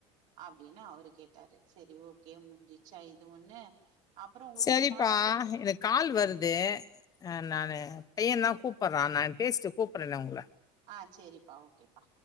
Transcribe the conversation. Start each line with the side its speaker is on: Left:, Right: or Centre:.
Right: அப்டின் அவரு கேட்டாரு செரி ஓகே முஞ்சிச்சா இது ஒண்ணு அப்புறம் உங்க
Left: சரிப்பா
Right: வீட்டு மேல கூ
Left: எனக் கால் வருது அ நானு பையன் தா கூப்பற்றா நா பேஸ்ட்டு கூப்பற்ற நா உங்ள
Right: ஆ செரிப்பா ஓகேப்பா